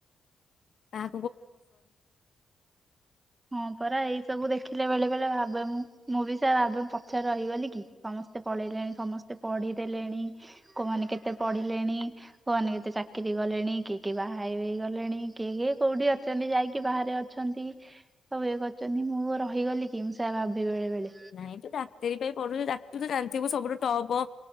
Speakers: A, on the left (about 60°); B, on the right (about 20°).
A: ଆଁ
B: ହଁ ପରା ଏଇ ସବୁ ଦେଖିଲେ ବେଳେ ବେଳେ ଭାବେ ମୁଁ, ମୁଁ ବି ସେୟା ଭାବେ ମୁଁ ପଛରେ ରହିଗଲି କି, ସମସ୍ତେ ପଳେଇଲେଣି, ସମସ୍ତେ ପଢିଦେଲେଣି, କୋଉମାନେ କେତେ ପଢିଲେଣି, କୋଉମାନେ କେତେ ଚାକିରି ଗଲେଣି, କିଏ କିଏ ବାହା ବି ହେଇଗଲେଣି, କିଏ କିଏ କୋଉଠି ଅଛନ୍ତି ଯାଇକି ବାହାରେ ଅଛନ୍ତି। ସବୁ ଇଏ କରୁଚନ୍ତି, ମୁଁ ରହିଗଲି କି ମୁଁ ସେୟା ଭାବେ ବେଳେ ବେଳେ।
A: ନାଇଁ ତୁ ଡାକ୍ତରୀ ପାଇଁ ପଢୁଚୁ ଡା ତୁ ତ ଜାଣିଥିବୁ ସବୁଠୁ ଟପ୍ ଅଁ,